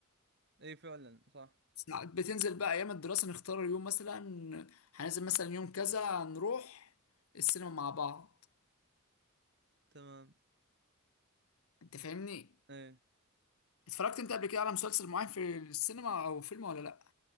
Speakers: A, on the right (about 55°); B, on the left (about 85°).
A: اي فعلا صح
B: ساعات بتنزل بقى ايام الدراسه نختار اليوم مثلا هننزل مثلا يوم كذا نروح السينما مع بعض
A: تمام
B: انت فاهمني
A: ايه
B: اتفرجت انت قبل كده على مسلسل معين في السينما او فيلم ولا لا